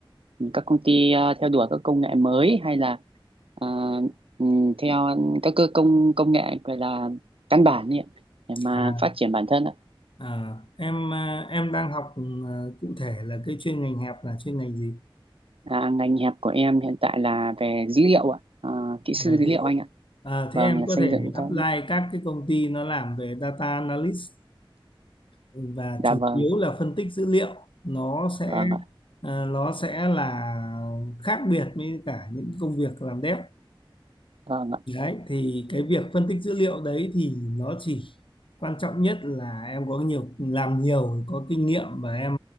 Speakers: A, on the right; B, on the left.
A: các công ty ờ, theo đuổi các công nghệ mới hay là ờ, ừm, theo các cơ công công nghệ gọi là căn bản nhỉ để mà
B: à,
A: phát triển bản thân ạ
B: à em à, em đang học ừ, à, cụ thể là cái chuyên ngành hẹp là chuyên ngành gì
A: à, ngành hẹp của em hiện tại là về dữ liệu ạ à, kỹ
B: về
A: sư dữ
B: dữ
A: liệu
B: liệu
A: anh ạ
B: à,
A: vâng
B: thế em
A: là
B: có
A: xây
B: thể
A: dựng
B: apply
A: các
B: các cái công ty nó làm về data analyst và
A: dạ
B: chủ
A: vâng
B: yếu là phân tích dữ liệu nó sẽ
A: vâng ạ
B: à, nó sẽ là khác biệt với cả những công việc làm dev
A: vâng ạ
B: Đấy, thì cái việc phân tích dữ liệu đấy thì nó chỉ quan trọng nhất là em có nhiều làm nhiều có kinh nghiệm và em